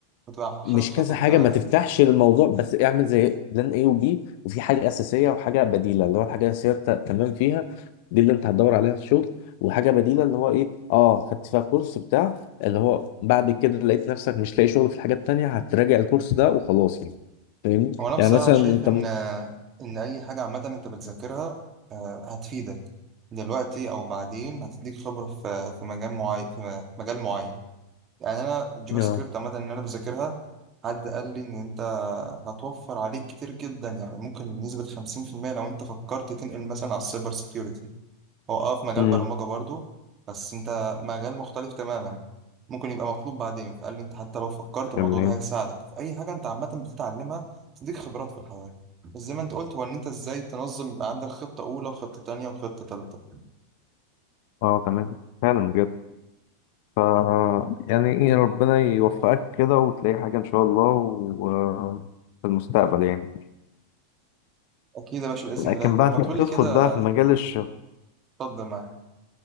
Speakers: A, on the right; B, on the left.
A: وتبقى
B: مش
A: حاطط خطط
B: كذا حاجة
A: آه.
B: ما تفتحش الموضوع بس اعمل زي بلان A وبي وفي حاجة أساسية وحاجة بديلة اللي هو الحاجة الأساسية أنت تمام فيها دي اللي أنت هتدور عليها في الشغل وحاجة بديلة اللي هو إيه أه خدت فيها كورس بتاع اللي هو بعد كده لقيت نفسك مش لاقي شغل في الحاجة التانية هتراجع الكورس ده وخلاص يعني فاهمني
A: هو انا بصراحة
B: يعني مثلا
A: شايف
B: أنت
A: ان
B: م...
A: آه، ان اي حاجة عامة انت بتذاكرها آه، هتفيدك دلوقتي او بعدين هتديك خبرة في في مجال معين في مجال معين يعني انا الجافا سكريبت
B: آه.
A: عامه ان انا بذاكرها حد قال لي ان انت هتوفر عليك كتير جدا يعني ممكن بنسبه 50% لو انت فكرت تنقل مثلا على السايبر سيكيورتي هو اه في مجال
B: امم
A: برمجه برضو بس انت مجال مختلف تماما ممكن يبقى مطلوب بعدين فقال لي انت حتى لو فكرت الموضوع
B: تمام
A: ده هيساعدك في اي حاجه انت عامه بتتعلمها تديك خبرات في الحياه بس زي ما انت قلت هو ان انت ازاي تنظم يبقى عندك خطه اولى وخطه تانيه وخطه تالته
B: اه تمام فعلا بجد ف يعني إيه، ربنا يوفقك كده وتلاقي حاجة إن شاء الله و... في المستقبل يعني
A: اكيد يا باشا باذن
B: لكن
A: الله طب
B: بقى
A: ما
B: تيجي
A: تقول
B: تدخل
A: لي كده
B: بقى في مجال الشغل
A: اتفضل معايا